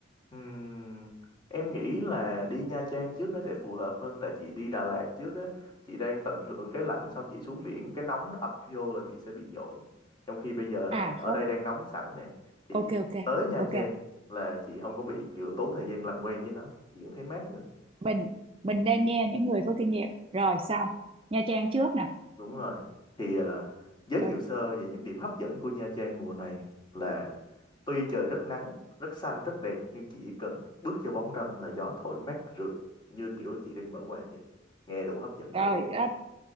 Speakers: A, on the left; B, on the right.
A: Ừm, em nghĩ là đi Nha Trang trước nó sẽ phù hợp hơn tại chị đi Đà Lạt trước á, chị đang tận hưởng cái lạnh xong chị xuống biển cái nóng nó ập vô là chị sẽ bị dội. Trong khi bây giờ
B: à
A: ở
B: khó
A: đây đang nóng sẵn nè, chị
B: ok ok
A: tới Nha
B: ok
A: Trang là chị không có bị kiểu tốn thời gian làm quen với nó, chị cũng thấy mát nữa.
B: mình mình nên nghe những người có kinh nghiệm rồi xong Nha Trang trước nè
A: Đúng rồi. Thì ờ, giới
B: rồi
A: thiệu sơ về những điểm hấp dẫn của Nha Trang mùa này là tuy trời rất nắng, rất xanh, rất đẹp nhưng chỉ cần bước vô bóng râm là gió thổi mát rượi như kiểu chị đang mở quạt vậy. Nghe đủ hấp dẫn
B: rồi
A: chưa?
B: đó,